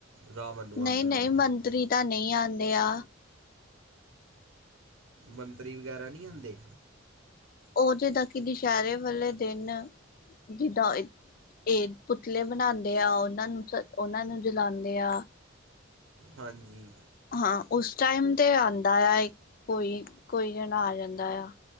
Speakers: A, on the right (about 85°); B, on the left (about 45°).
A: ਰਾਵਣ ਨੂੰ
B: ਨਹੀਂ
A: ਅੱਗ ਲਾਉਣ
B: ਨਹੀਂ ਮੰਤਰੀ ਤਾਂ ਨਹੀਂ ਆਂ। ਆ।
A: ਮੰਤਰੀ ਵਗੈਰਾ ਨਹੀਂ ਆਉਦੇ
B: ਉਹ ਜਿਦਾਂ ਕਿ ਦੁਸਹਿਰੇ ਵਾਲੇ ਦਿਨ ਜਿੱਦਾਂ ਇਹ ਪੁਤਲੇ ਬਣਾਉਂਦੇ ਆ ਉਹਨਾਂ ਨੂੰ ਸ ਉਹਨਾਂ ਨੂੰ ਜਲਾਉਂਦੇ ਆ
A: ਹਾਂਜੀ
B: ਹਾਂ ਉਸ ਟਾਈਮ ਤੇ ਆਉਂਦਾ ਆ ਕੋਈ ਕੋਈ ਜਣਾ ਆ ਜਾਂਦਾ ਆ